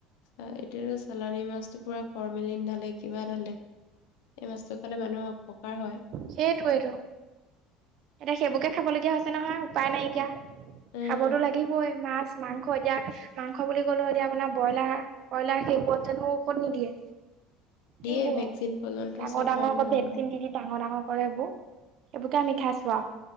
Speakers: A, on the left; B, on the right.
A: এ এতিয়াতো চালানি মাছতটো পুৰা ফৰমেলিন ঢাল কিবা এটা হ'লে এই মাছটো খালে মানুহৰ অপ কাৰ হয়
B: সেইটোৱে এইটো এতিয়া সেইবোৰকে খাব লগীয়া হৈছে নহয় উপায় নাইকিয়া
A: উম,
B: খাবতো লাগিবই মাছ মাংস এতিয়া মাংস বুলি কলো এতিয়া আপোনাৰ ব্ৰইলা ব্ৰইলাৰ সেইবোৰত জানো অকণ নিদিয়ে
A: দিয়ে
B: সেইবোৰ
A: ভেকচিন
B: আও
A: পৰ্যন্ত
B: ডাঙৰ
A: চব
B: ডাঙৰ
A: মাৰে
B: আকৌ
A: নহয়
B: ভেকচিন
A: অলপ।
B: দি দি ডাঙৰ ডাঙৰ কৰে হেবো সেইবোৰকে আমি খাইছো ৱাও